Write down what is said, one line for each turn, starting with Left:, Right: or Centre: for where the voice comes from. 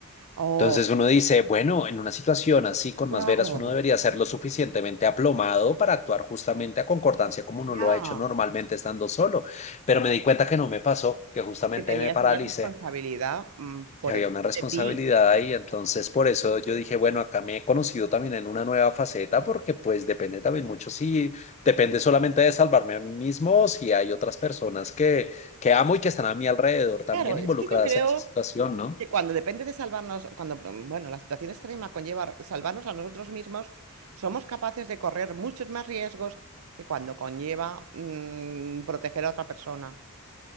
Right: Oh,
Left: Entonces uno dice, bueno, en una situación así con
Right: claro,
Left: más veras uno debería ser lo suficientemente aplomado para actuar justamente a concordancia como uno
Right: ya.
Left: lo ha hecho normalmente estando solo, pero me di cuenta que no me pasó, que justamente
Right: Es que tenías
Left: me paralicé.
Right: una responsabilidad mm, por
Left: Y había
Right: encima
Left: una responsabilidad
Right: de ti.
Left: ahí, entonces por eso yo dije, bueno, acá me he conocido también en una nueva faceta, porque pues depende también mucho si depende solamente de salvarme a mí mismo, o si hay otras personas que, que amo y que están a mi alrededor también
Right: Claro, es
Left: involucradas
Right: que yo creo
Left: en esa situación, ¿no?
Right: que cuando depende de salvarnos, cuando, mm, bueno, la situación extrema conlleva salvarnos a nosotros mismos, somos capaces de correr muchos más riesgos que cuando conlleva mm, proteger a otra persona.